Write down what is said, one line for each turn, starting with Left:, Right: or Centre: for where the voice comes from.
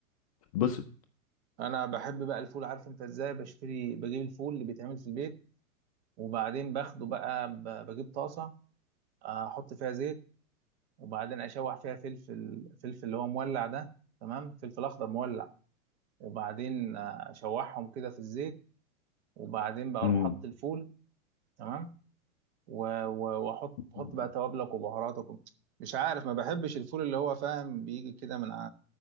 Left: تتبسط
Right: انا بحب بقى الفول عارف انت ازاي بشتري بجيب الفول اللي بيتعمل في البيت وبعدين باخده بقى ب- بجيب طاسه احط فيها زيت وبعدين اشوح فيها فلفل فلفل اللي هو مولع ده تمام فلفل اخضر مولع وبعدين اشوحهم كده في الزيت وبعدين بقى
Left: مم.
Right: اروح احط الفول تمام و- و- واحط احط
Left: مم.
Right: بقى توابلك وبهاراتك و- مش عارف ما بحبش الفول اللي هو فاهم بيجي كده من